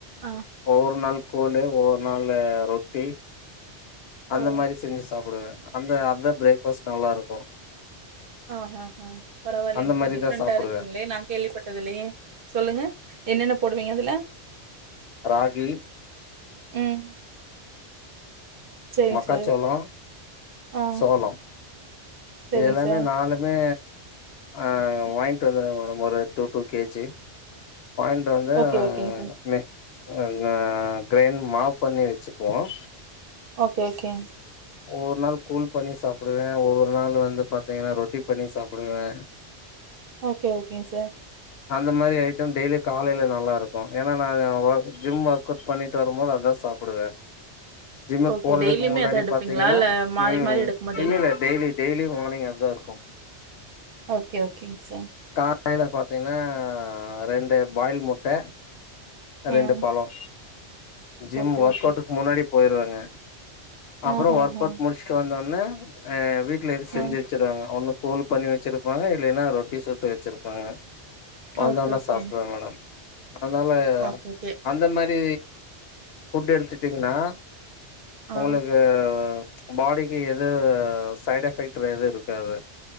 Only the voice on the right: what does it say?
ஆ
ஓ
ஆஹ் ஆஹ் ஆஹ் பரவாயில்லைங்க
சார் டிஃப்ரெண்டா
இருக்குங்களே நான் கேள்விப்பட்டதுலயே சொல்லுங்க என்னென்ன போடுவீங்க அதுல
ம் சரிங்க
சார் ஆ
சரிங்க
சார்
ஓகே ஓகேங்க சார்
ஓகே ஓகே
ஓகே ஓகேங்க சார்
ஓகே
டெய்லியுமே
அத எடுப்பீங்களா
இல்ல மாறி
மாறி எடுக்க மாட்டீங்க
ஓகே ஓகேங்க சார்
ம்
ஓகே
ஓகே
ஆஹ் ஆஹ்
ஆஹ்
ஆஹ்
ஓகே ஓகே
ஓகே ஓகே
ஆ